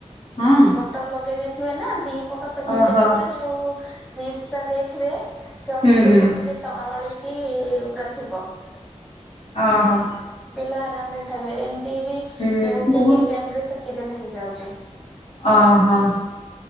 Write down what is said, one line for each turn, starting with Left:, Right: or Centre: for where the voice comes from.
Left: ହଁ।
Centre: ବଟର ଲଗେଇ ଦେଇଥିବେ ନା ଦି ପଟ ସେଖି
Left: ଓହୋ
Centre: ଦେଲା ପରେ ଯଉ ଚିଜ ଟା ଦେଇଥିବେ। ସେ ଅଟୋମେଟିକ
Left: ହୁଁ ହୁଁ
Centre: ତରଳି କିି ପୁରା ଥିବ।
Left: ଅ ହ।
Centre: ପିଲା ଆରାମ ରେ ଖାଇବେ ଏମିତି ବି
Left: ହୁଁ
Centre: ଗୋଟେ ସେକେଣ୍ଡ ରେ ସେକି ଦେଲେ ହେଇଯାଉଛି।
Left: ଅ ହ।